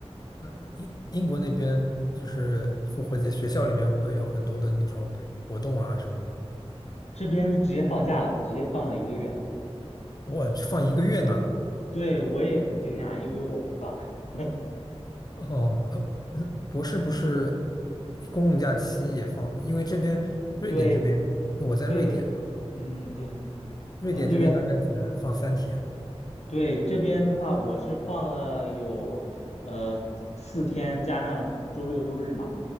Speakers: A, on the left (about 35°); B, on the left (about 90°).
A: 那英英国那边就是复活节，学校里面会不会有很多的那种活动啊什么的？
B: 这边是直接放假了，直接放了一个月啊。
A: 哇，放一个月呢？
B: 对，我也很惊讶，因为我没放。<laughs>
A: 哦，呃，嗯博士不是公共假期也放，因为这边瑞典这边我在瑞典嘛，
B: 对，对，嗯，对，
A: 瑞典这边大概只放三天。
B: 啊，瑞典。对，这边的话，我是放了有呃四天，加上周六周日嘛，